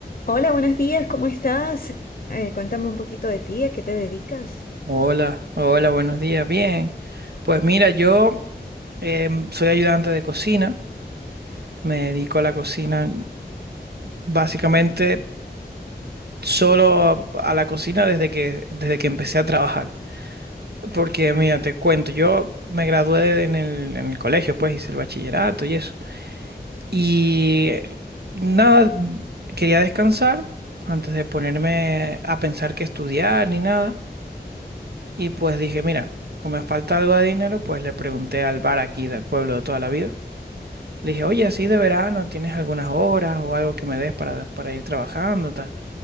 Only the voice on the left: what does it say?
Hola, buenos días, ¿cómo estás? Eh, cuéntame un poquito de ti, ¿a qué te dedicas?